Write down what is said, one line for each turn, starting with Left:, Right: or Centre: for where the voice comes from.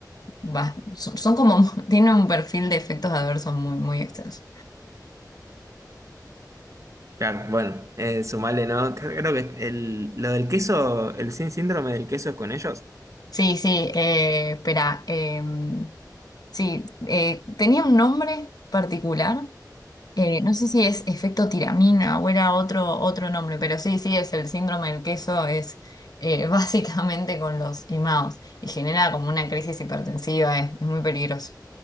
Left: bas- son, son como, <laughs> tienen un perfil de efectos adversos muy, muy extenso.
Right: Claro, bueno, eh, sumale, ¿no? Creo que el, lo del queso, el sin síndrome del queso es con ellos.
Left: Sí, sí, eh, espera, em, sí, eh, tenía un nombre particular Eh, no sé si es efecto tiramina o era otro, otro nombre, pero sí, sí, es el síndrome del queso, es eh, <laughs> básicamente con los imaos y genera como una crisis hipertensiva, es, es muy peligroso.